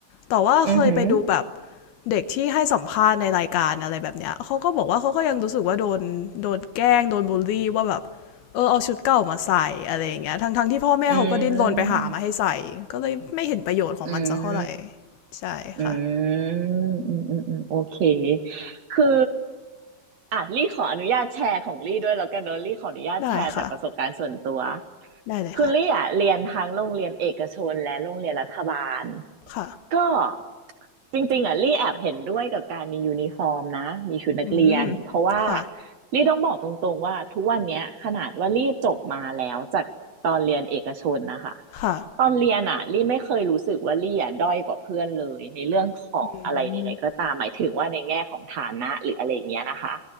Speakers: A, on the left; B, on the right.
A: แต่ว่าเคยไปดูแบบ
B: อือหือ
A: เด็กที่ให้สัมภาษณ์ในรายการอะไรแบบเนี้ยเขาก็บอกว่าเขาก็ยังรู้สึกว่าโดนโดนแกล้งโดนบูลลี่ว่าแบบเออเอาชุดเก่ามาใส่อะไรอย่างเงี้ยทั้งๆที่พ่อแม่เขาก็ดิ้นรนไปหามาให้ใส่ก็เลยไม่เห็นประโยชน์ของมันสักเท่าไหร่
B: อืมอืม
A: ใช่ค่ะ
B: อืมอืมอืมอืม โอเค คืออ่ะลี่ขออนุญาตแชร์ของลี่ด้วยแล้วกันเนอะลี่ขออนุญาตแชร์จากประสบการณ์ส่วนตัว
A: ได้ค่ะได้เลยค่ะ
B: คือลี่อ่ะเรียนทั้งโรงเรียนเอกชนและโรงเรียนรัฐบาล
A: ค่ะ
B: ก็ จริงๆอ่ะลี่แอบเห็นด้วยกับการมียูนิฟอร์มนะมีชุดนักเรียนเพราะว่า
A: อืมค่ะ
B: ลี่ต้องบอกตรงๆว่าทุกวันเนี้ยขนาดว่าลี่จบมาแล้วจากตอนเรียนเอกชนนะคะ
A: ค่ะ
B: ตอนเรียนอะลี่ไม่เคยรู้สึกว่าลี่อะด้อยกว่าเพื่อนเลยในเรื่องของอะไรใดๆก็ตามหมายถึงว่าในแง่ของฐานะหรืออะไรอย่างเงี้ยนะคะ
A: อืม